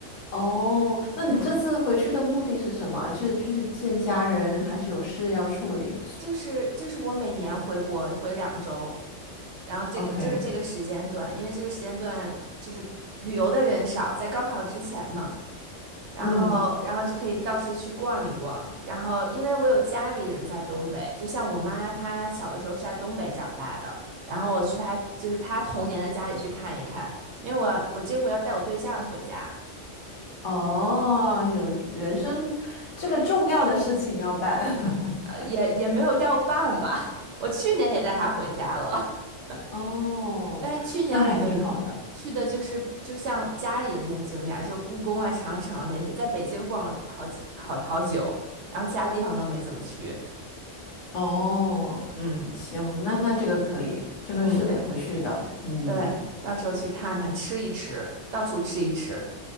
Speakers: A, on the left; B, on the right.
A: 哦，那你这次回去的目的是什么？
B: 嗯，
A: 是就是见家人，还是有事要处理
B: 就是就是我每年回国回两周，然后这个就是这个时间段，
A: ？OK，
B: 因为这个时间段就是旅游的人少，在高考之前嘛。然后，
A: 嗯，
B: 然后就可以到处去逛一逛。然后，因为我有家里人在东北，就像我妈，她小的时候是在东北长大的。然后我去她，就是她童年的家里去看一看。因为我要，我这回要带我对象回家，
A: 哦，
B: 嗯，
A: 有人生这个重要的事情要办。<laughs>
B: 呃，也也没有要办吧。<laughs> 我去年也带他回家了，
A: 哦，
B: <laughs> 但是去年我们去的就是就像家里的那些景点儿就是故宫啊、
A: 那还挺好的。
B: 长城啊那些，在北京逛了好几好好久，然后其他地方都没怎么去。
A: 哦，
B: 嗯
A: 行，那那这个可以，这个是得回去的。
B: 嗯。
A: 嗯，
B: 对，到时候去看看，吃一吃，到处吃一吃，